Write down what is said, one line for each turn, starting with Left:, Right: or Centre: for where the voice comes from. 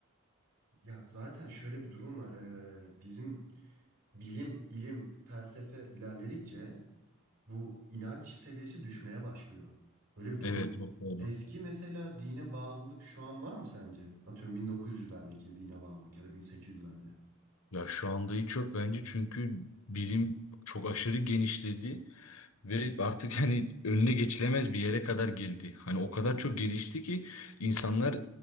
Right: Ya zaten şöyle bir durum var. Ee, bizim bilim, ilim, felsefe ilerledikçe bu inanç seviyesi düşmeye başlıyor. Böyle bir durum
Left: Evet,
Right: var.
Left: çok doğru.
Right: Eski mesela dine bağlılık şu an var mı sence? Atıyorum 1900'lerdeki dine bağlılık ya da 1800'lerde.
Left: Ya şu anda hiç yok bence çünkü bilim çok aşırı genişledi ve artık <laughs> hani önüne geçilemez bir yere kadar geldi. Hani o kadar çok gelişti ki insanlar